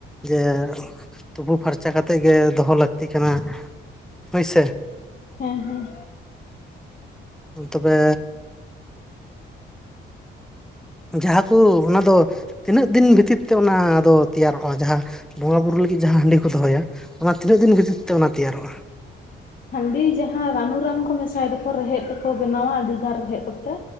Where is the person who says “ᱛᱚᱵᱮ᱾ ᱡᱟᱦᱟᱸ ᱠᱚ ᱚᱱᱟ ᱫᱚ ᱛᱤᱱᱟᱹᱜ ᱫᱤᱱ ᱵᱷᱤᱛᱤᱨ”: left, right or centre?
Centre